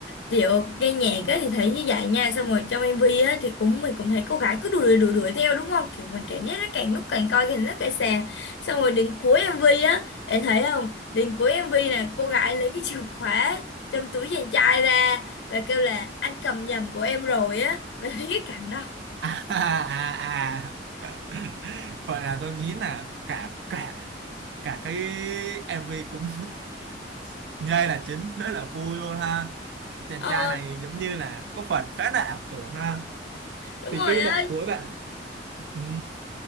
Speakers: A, on the left; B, on the right.
A: kiểu nghe nhạc á thì thấy như vậy nha Xong rồi trong MV á thì cũng mình cũng thấy cô gái cứ đuổi đuổi đuổi đuổi theo đúng không Kiểu mình cảm giác nó càng lúc càng coi càng lúc càng xà Xong rồi đến cuối MV á Bạn thấy không Đến cuối MV nè cô gái lấy cái chìa khóa Trong túi chàng trai ra Và kêu là anh cầm nhầm của em rồi á Bạn <laughs> thấy cái cảnh đó
B: à, à, à. <laughs> vậy là tôi nghĩ là cả cả cả cái MV cũng <laughs> nhây là chính rất là vui luôn ha chàng
A: Ờ
B: trai này giống như là có phần khá là ảo tưởng ha
A: đúng
B: thì
A: rồi
B: cái đoạn
A: á
B: cuối bạn ừ,